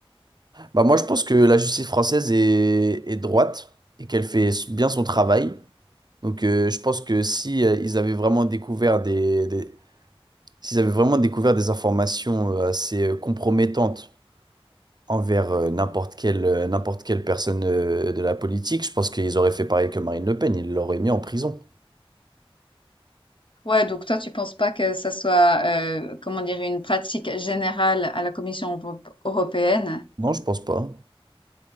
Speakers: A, on the right; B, on the left.
A: Bah moi je pense que la justice française est, est droite et qu'elle fait bien son travail. Donc euh, je pense que si euh, ils avaient vraiment découvert des, des- s'ils avaient vraiment découvert des informations euh, assez euh, compromettantes envers euh, n'importe quelle, euh, n'importe quelle personne euh, de la politique, je pense qu'ils auraient fait pareil que Marine Le Pen, ils l'auraient mis en prison.
B: Ouais, donc toi, tu penses pas que ça soit, euh, comment dire, une pratique générale à la Commission euro- européenne?
A: Non, je pense pas.